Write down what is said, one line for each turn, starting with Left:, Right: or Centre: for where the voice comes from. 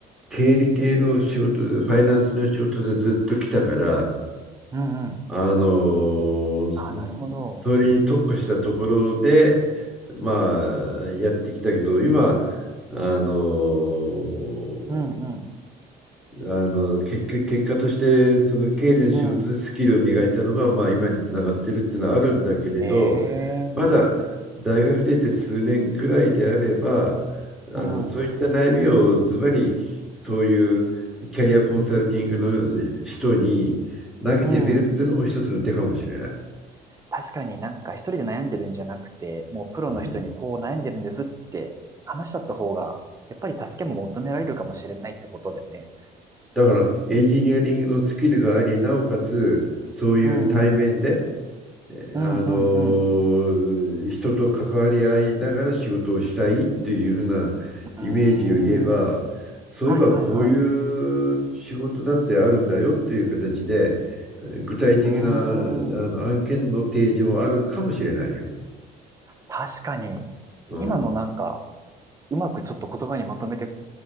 Centre: 経理系の仕事で、ファイナンスの仕事でずっと来たから、
Right: うんうん。
Centre: あのーそそれに特化したところで、
Right: ああ、なるほど。
Centre: まあ、やってきたけど、今、あのー
Right: うんうん。
Centre: あの結局結果としてその経理の仕事でスキルを磨いたのが、
Right: うん。
Centre: まあ、今につながってるっていうのはあるんだけれど
Right: ええ、
Centre: まだ大学出て数年ぐらいであれば
Right: うん。
Centre: あのそういった悩みをズバリそういうキャリアコンサルティングの人に投げてみるっていうのも一つの手かもしれない。
Right: うん。うん。確かになんか一人で悩んでるんじゃなくて、もうプロの人にこう悩んでるんですって話しちゃった方が、
Centre: うん、
Right: やっぱり助けも求められるかもしれないってことだよね。
Centre: だからエンジニアリングのスキルがありなおかつそういう対面で
Right: うんうん。うんうん
Centre: あの人と関わり合いながら仕事をしたいっていうふうなイメージを言えばそういえばこういう仕事だってあるんだよっていう形で
Right: うん。うーん。はいはいはい。
Centre: 具体的なあ
Right: うーん。
Centre: の案件の提示もあるかもしれないよ。
Right: 確かに。
Centre: うん、
Right: 今のなんか、うまくちょっと言葉にまとめて